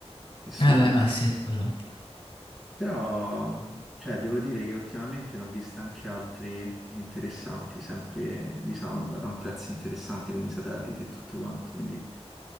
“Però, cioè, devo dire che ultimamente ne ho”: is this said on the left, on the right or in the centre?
Centre